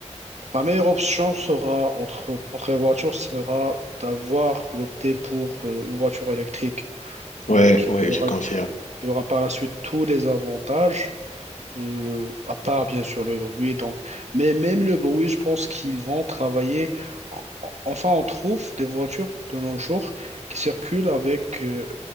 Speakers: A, on the right (about 65°); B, on the left (about 85°).
A: la meilleure option sera entre, entre les voitures sera d'avoir d'opter pour euh, une voiture électrique.
B: Ouais,
A: Donc,
B: ouais,
A: il aura,
B: je confirme.
A: il aura par la suite tous les avantages euh, à part bien sûr le bruit. Donc, mais même le bruit, je pense qu'ils vont travailler. En- Enfin, on trouve des voitures de nos jours qui circulent avec euh,